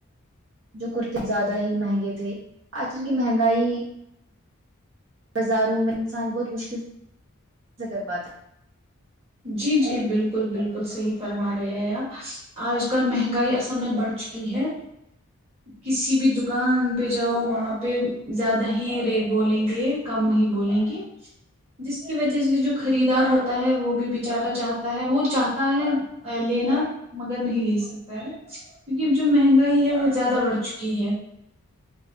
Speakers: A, on the right; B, on the right.
A: جو کرتے زیادہ ہی مہنگے تھے آج کل کی مہنگائی بازاروں میں انسان بہت مشکل سے کر پاتا
B: جی جی بالکل بالکل صحیح فرما رہے آپ آج کل مہنگائی اصل میں بڑھ چکی ہے کسی بھی دکان پہ جاؤ وہاں پہ زیادہ ہی ریٹ بولیں گے کم نہیں بولیں گے جس کی وجہ سے جو خریدار ہوتا تا ہے وہ بھی بیچارہ چاہتا ہے وہ چاہتا ہے لینا مگر نہیں لے سکتا ہے کیونکہ جو مہنگائی ہے وہ زیادہ بڑھ چکی ہے